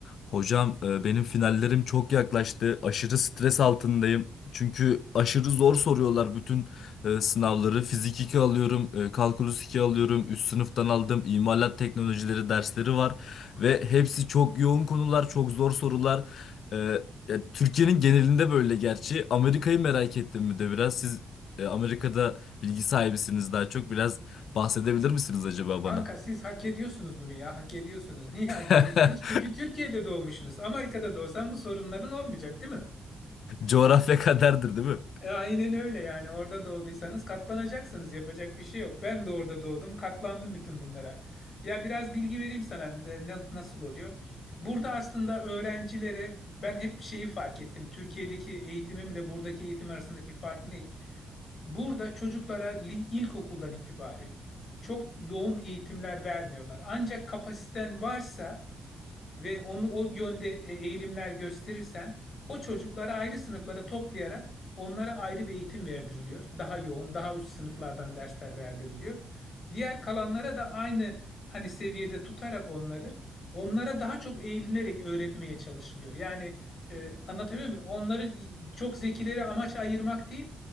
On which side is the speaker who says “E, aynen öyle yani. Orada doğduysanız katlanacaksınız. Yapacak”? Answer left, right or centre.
Left